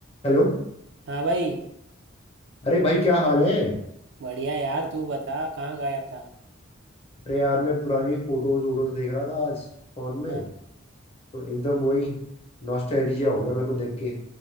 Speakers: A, on the left (about 30°); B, on the right (about 60°).
A: हेलो
B: हाँ भाई
A: अरे भाई क्या हाल है
B: बढ़िया यार तू बता कहाँ गायब था
A: अरे यार मैं पुरानी फोटोज वोटोज देख रहा था आज फोन में
B: हाँ
A: तो एकदम वही नॉस्टैल्जिया हो गया मेरे को देख के